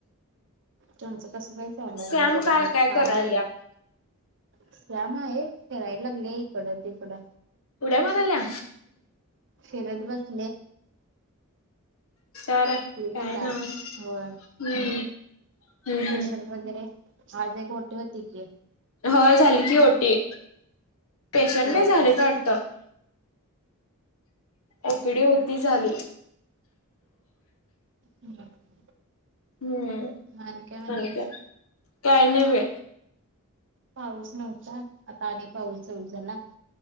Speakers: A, on the right; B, on the left.
A: तुचं कसं काही चाललंय
B: सॅम
A: वगैरे
B: काय काय
A: का
B: करायल्या
A: श्यामा हे खेळायला लागल्या इकडं तिकडं
B: उड्या मारल्या
A: फिरत बसले
B: ार
A: तिझं
B: काय ना ह्
A: होय
B: हम्
A: पेशंट
B: हम्
A: वगैरे वाजे कोठे होती की
B: हो झाली की ओटी पेशंट
A: होय
B: काय झाले वाटतं ओपीडी होती झाली
A: मग
B: हम्म
A: आणि काय म्हणतेस
B: का काही नाही बाई
A: पाऊस नव्हता आता आणि पाऊस‌ सुरू झाला.